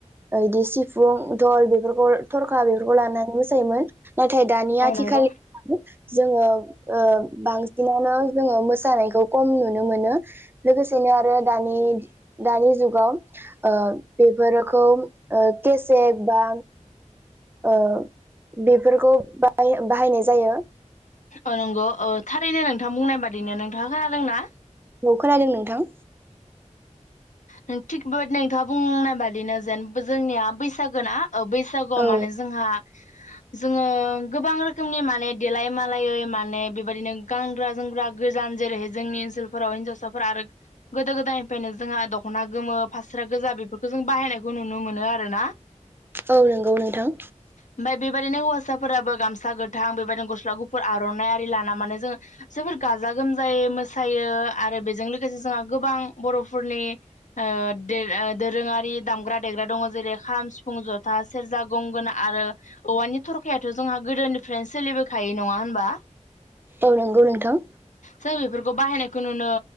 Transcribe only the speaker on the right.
औ दि सिफुं दल बेफोरखौ थरखा बेफोरखौ लानानै मोसायोमोन नाथायाय दानि आथि
खालि जोङो बांसिनानो जोङो मोस थानायखौ खम नुनो मोनो लोगोसेनो आरो दानि-दानि जुगाव ओ बेफोरखौ ओ केसे बा ओ बेफोरखौ बाहाय बाहायनाय जायो‌।
औ खोनादों नोंथां।
औ
औ नंगौ नोंथां।
औ नंगौ नोंथां